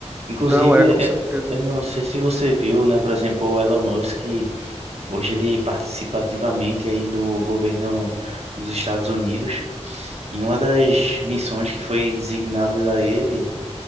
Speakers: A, on the right; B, on the right.
A: Inclusive,
B: não é, com certeza.
A: eh, eu não sei se você viu, né? Por exemplo, o Elon Musk, hoje ele participa ativamente aí do governo dos Estados Unidos e uma das missões que foi designada a ele